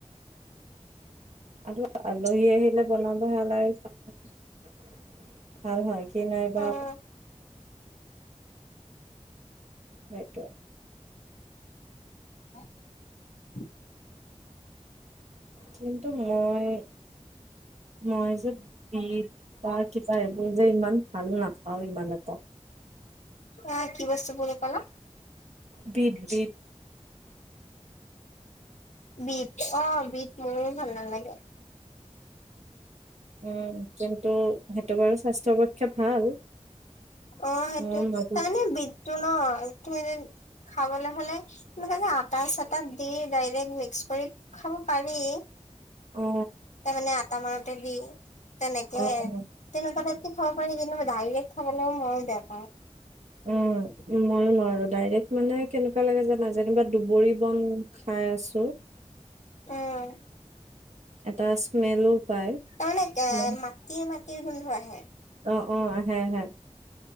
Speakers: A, on the right (about 70°); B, on the left (about 80°).
A: আৰু আলহী আহিলে বনাবহে ভাল হয় কি নাইবা
B: উম
A: সেইটোৱে
B: উ <unintelligible>
A: কিন্তু মই মই যে বিত তা কিবা এইবোৰ যে ইমান ভাল নাপাও ইমান এটা
B: আহ কি বস্তু বুলি কলা
A: বিত বিত
B: বিট অ বিট মো ভাল নালাগে
A: উম কিন্তু সেইটো বাৰু স্বাস্থ্যৰ পক্ষে ভাল
B: অ সেইটোৱে
A: মোৰ মাজত
B: তাৰমানে বিতটো ন তুমি যে খাবলে হলে তেনেকে যে আটা চাতাত দি ডাইৰেক্ট মিক্স কৰি খাব পাৰি
A: অ
B: তাৰমানে আটা মাৰোতে দিও তেনেকে
A: অ অ
B: তেনেকুৱা টাইপকে খাব পাৰি কিন্তু মই ডাইৰেক্ট খাবলৈ ময়ো বেয়া পাওঁ
A: উম ময়ো নোৱাৰো ডাইৰেক্ট মানে কেনেকুৱা লাগে জানা যেনিবা দুবৰি বন খাই আছো
B: উম
A: এটা স্মেলো পায়
B: তাৰমানে কে
A: উম।
B: মাটিয়ে মাটিৰ গোন্ধ আহে
A: অ অ আহে আহে